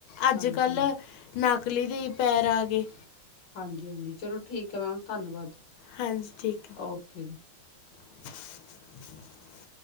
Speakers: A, on the left; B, on the left.
A: ਅੱਜ-ਕੱਲ੍ਹ
B: ਹਾਂਜੀ
A: ਨਕਲੀ ਦੇ ਹੀ ਪੈਰ ਆ ਗਏ।
B: ਹਾਂਜੀ -ਹਾਂਜੀ। ਚਲੋ ਠੀਕ ਏ ਮੈਮ, ਧੰਨਵਾਦ।
A: ਹਾਂਜੀ ਠੀਕ ਐ।
B: ਓਕੇ ਜੀ।
A: <inaudible>